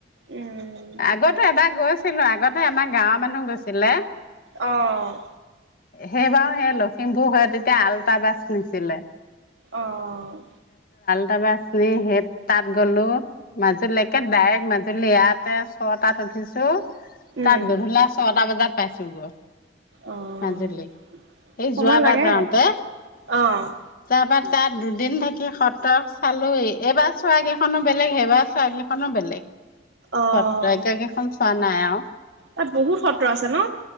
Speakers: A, on the right; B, on the left.
A: উম,
B: আগতে এবাৰ গৈছ ছিলো আগতে আমাৰ গাঁৱৰ মানুহ গৈছিলে।
A: অ'।
B: সেই বাৰু সেই লখিমপুৰ ঘৰত এতিয়া আল বাচনিছিলে
A: অ'।
B: তাৰপাছ সেই তাত গ'লো মাজুলীকে ডাইৰেক্ট মাজুলী ইয়াতে ছটাত উঠিছো।
A: উম,
B: তাত গধূলা ছটা বজাত পছো গৈ
A: অ',
B: মাজুলী এই
A: সময়
B: যোৱাবাৰ
A: লাগে
B: যাওঁতে
A: অ'।
B: তাৰপা তাত দুদিন থাকি সতক চালো এইবাৰ চোৱা কেইখনো বেলেগ সেইবাৰ চোৱা কেইখনো বেলেগ। সাতগখন
A: অ',
B: চোৱা নাই আওঁ।
A: তাত বহুত সত্ৰ আছে ন'।